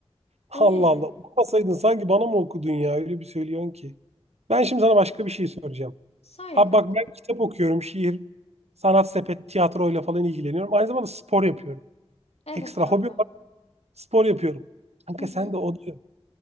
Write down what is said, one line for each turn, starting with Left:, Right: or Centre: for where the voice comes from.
Right: Allah
Left: Öyle yani.
Right: Allah. Okumasaydın sanki bana mı okudun ya? Öyle bir söylüyorsun ki. Ben şimdi sana başka bir şey soracağım.
Left: Söyle
Right: Ha
Left: kanka.
Right: bak ben kitap okuyorum. Şiir, sanat sepet, tiyatroyla falan ilgileniyorum. Aynı zamanda spor yapıyorum.
Left: Evet
Right: Ekstra
Left: kanka.
Right: hobi Spor yapıyorum. Kanka
Left: Hı hı.
Right: sen de o da yok.